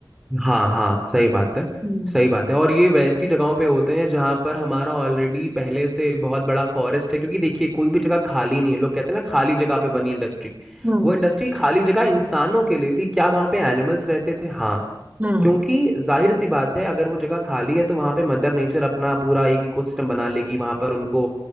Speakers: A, in the centre; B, on the right.
A: हाँ हाँ सही बात है
B: हम्म
A: सही बात है और ये वैसी जगहों पे होते हैं जहाँ पर हमारा ऑलरेडी पहले से बहुत बड़ा फॉरेस्ट है क्योंकि देखिए कोई भी जगह खाली नहीं है लोग कहते हैं ना खाली जगह पे बनी इंडस्ट्री
B: हम्म
A: वो इंडस्ट्री खाली जगह इंसानों के लिए थी क्या वहाँ पे एनिमल्स रहते थे हाँ
B: हम्म
A: क्योंकि जाहिर सी बात है अगर वो जगह खाली है तो वहाँ पे मदर नेचर अपना पूरा एक इकोसिस्टम बना लेगी वहाँ पर उनको